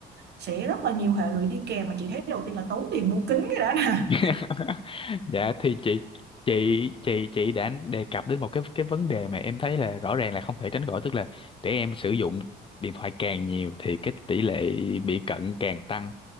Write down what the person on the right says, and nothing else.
sẽ rất là nhiều hệ lụy đi kèm mà chị thấy đầu tiên là tốn tiền mua kính cái đã nè